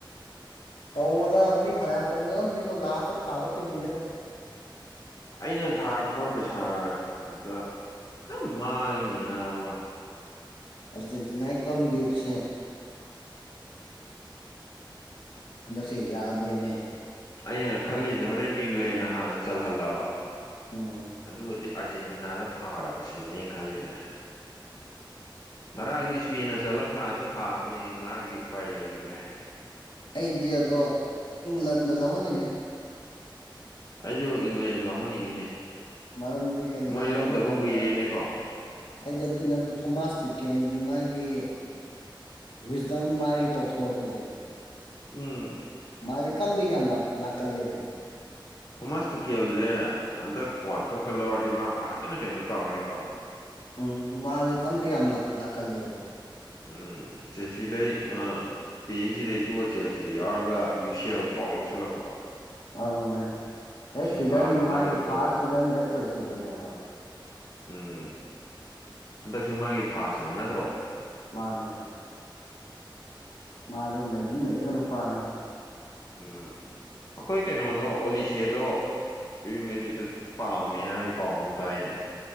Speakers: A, on the left; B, on the left.
A: ꯇꯧꯕꯗ ꯃꯤ ꯐꯅꯌꯥꯝ ꯇꯣꯡꯅꯔꯝꯅꯤꯕ ꯂꯥꯁꯇ ꯊꯥꯕ ꯇꯤꯝꯒꯤꯗꯣ
B: ꯑꯩꯅ ꯊꯥꯔꯛꯄ ꯄꯩꯁꯥꯗ ꯑꯗꯨꯝ ꯃꯥꯡꯉꯤꯅꯦ ꯅꯥꯕ
A: ꯑꯔꯖꯦꯟꯇꯤꯅꯥꯏ ꯀꯝꯕꯦꯛꯁꯦ ꯍꯟꯗꯛꯁꯦ ꯌꯥꯝꯃꯦꯃꯦ
B: ꯑꯩꯅ ꯈꯜꯂꯤꯖꯦ ꯍꯣꯔꯦꯟ ꯏꯪꯂꯦꯟꯅ ꯍꯥꯟꯅ ꯆꯜꯍꯜꯂꯕ
A: ꯎꯝ
B: ꯑꯗꯨꯒꯗꯤ ꯑꯥꯔꯖꯦꯟꯇꯤꯅꯥꯗ ꯊꯥꯔꯕ ꯁꯤꯅꯦ ꯑꯩꯅ ꯈꯜꯂꯤꯖꯦ ꯉꯔꯥꯡꯗꯤ ꯏꯁꯄꯦꯟꯅ ꯆꯜꯂ ꯐ꯭ꯔꯥꯟꯁꯇ ꯊꯥꯕꯅꯤ ꯉꯔꯥꯡꯗꯤ ꯎꯄꯥꯏ ꯂꯩꯒꯤꯗ꯭ꯔꯦ
A: ꯑꯩꯗꯤ ꯑꯗꯣ ꯏꯪꯂꯟꯗ ꯂꯧꯍꯟꯅꯤꯡꯉꯦ
B: ꯑꯩꯖꯨ ꯏꯪꯂꯦꯟ ꯂꯧꯍꯟꯅꯤꯡꯉꯤꯅꯦ
A: ꯃꯔꯝꯗꯤ ꯀꯩꯒꯤꯅꯣ
B: ꯃꯣꯏ
A: ꯍꯥꯏꯕ
B: ꯂꯧꯗꯕ
A: ꯃꯇꯝꯗ
B: ꯀꯨꯏꯔꯦꯅꯦꯀꯣ
A: ꯑꯩꯗꯤ ꯑꯗꯨꯏ ꯅꯠꯇꯦ ꯊꯣꯃꯥꯁ ꯇ꯭ꯌꯨꯀꯦꯟꯒꯤ ꯃꯥꯒꯤ ꯋꯤꯁꯗꯝ ꯃꯥꯒꯤ ꯇꯧꯊꯣꯔꯛꯄꯖꯦ
B: ꯎꯝ
A: ꯃꯥꯖꯦ ꯀꯝꯕꯤꯒ ꯌꯥꯝ ꯂꯥꯛꯀꯜꯂꯦꯃꯦ
B: ꯊꯣꯃꯥꯁ ꯇꯨꯀꯦꯜꯖꯦ ꯍꯟꯗꯛ ꯋꯥꯔꯜ ꯀꯞꯀꯥ ꯂꯧꯔꯗꯤ ꯃꯥ ꯐꯖꯅ ꯀꯩꯅꯣ ꯇꯧꯔꯅꯤꯀꯣ
A: ꯎꯝ ꯃꯥꯗꯤ ꯀꯝꯕꯦꯛ ꯌꯥꯝ ꯂꯥꯛꯀꯜꯂꯦꯕ
B: ꯎꯝ ꯆꯦꯁꯤ ꯂꯩ ꯑꯥ ꯄꯤ ꯑꯦꯁ ꯗꯤꯗꯩ ꯇꯣꯑ ꯆꯦꯜꯁꯤꯗ ꯌꯥꯎꯔꯒ ꯌꯨꯁꯦꯜ ꯊꯣꯛ ꯂꯧꯁꯤꯜꯂꯛꯄꯗꯣ
A: ꯑꯗꯨꯅꯦ ꯍꯦꯛ
B: ꯁꯤꯜꯚꯒ
A: ꯁꯤꯖꯟ ꯃꯥꯒꯤ
B: ꯃꯥꯒ ꯊꯣꯛꯑꯒ
A: ꯐꯥꯔꯁ ꯁꯤꯖꯟ ꯑꯦ ꯆꯦꯜꯁꯤꯗꯅꯦꯕ
B: ꯎꯝ ꯍꯟꯗꯛꯁꯨ ꯃꯥꯒꯤ ꯐꯥꯁꯅꯦ ꯅꯠꯇ꯭ꯔꯣ
A: ꯃꯥꯅꯦ ꯃꯥꯖꯨ ꯅꯩꯗꯤ ꯅꯩꯕ ꯅꯨꯄꯥꯅꯦ
B: ꯎꯝ ꯑꯩꯈꯣꯏ ꯀꯩꯅꯣꯗꯣ ꯑꯣꯂꯤꯁꯦꯗꯣ ꯔꯤꯃꯦꯔꯤꯠꯇ ꯄꯥꯝꯃꯦ ꯍꯥꯏꯕꯒꯤ ꯄꯥꯎ ꯑꯃ ꯇꯥꯏꯅꯦ